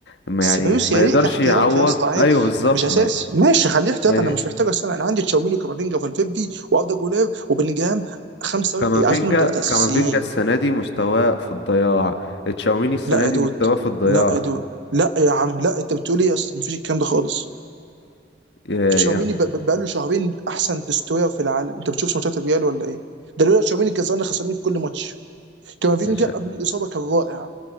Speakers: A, on the left; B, on the right.
A: ما
B: سيبايوس
A: يعني ما
B: يليق
A: يقدرش
B: كاحتياط
A: يعوض
B: يا اسطى عادي
A: أيوه بالظبط
B: مش اساسي
A: ما,
B: ماشي خليه احتياط
A: ما
B: انا
A: ي-
B: مش محتاج السنه انا عندي تشاوميني وكامافينجا وفالفيردي واردا جولير وبلينجهام خمسه
A: كامافينجا
B: عايز منهم ثلاثه اساسيين
A: كامافينجا السنة دي مستواه في الضياع تشاوميني السنة
B: لا يا
A: دي
B: دود
A: مستواه في الضياع
B: لا يا دود لا يا عم لا انت بتقول ايه يا اسطى مفيش الكلام ده خالص
A: ي-
B: تشاوميني
A: يعني
B: ب- ب- بقاله شهرين احسن تستوير في العالم انت بتشوفش ماتشات الريال ولا ايه ده لولا تشاوميني كان زمان خسرانين في كل ماتش كامافينجا
A: مش
B: قبل الاصابه كان رائع